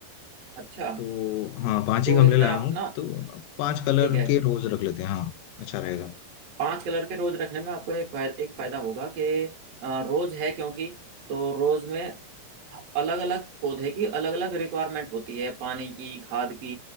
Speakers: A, on the right; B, on the left.
A: अच्छा
B: तो हाँ पांच
A: तो
B: ही गमले
A: इनमें
B: लाया
A: आप
B: हूँ
A: ना
B: तो पांच कलर
A: ठीक है
B: के रोज रख लेते हैं हाँ अच्छा रहेगा
A: पांच कलर के रोज रखने में आपको एक फायदा एक फायदा होगा कि अ, रोज है क्योंकि तो रोज में अलग अलग पौधे की अलग अलग रिक्वायरमेंट होती है पानी की खाद की